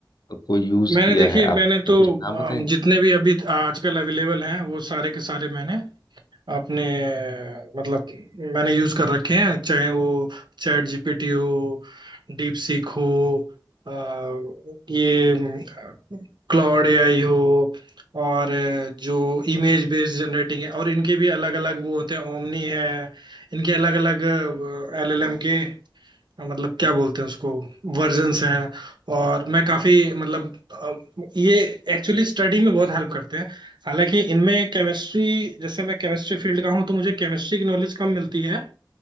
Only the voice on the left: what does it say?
को यूज़
किया
है
आप
कुछ नाम
बताएंगे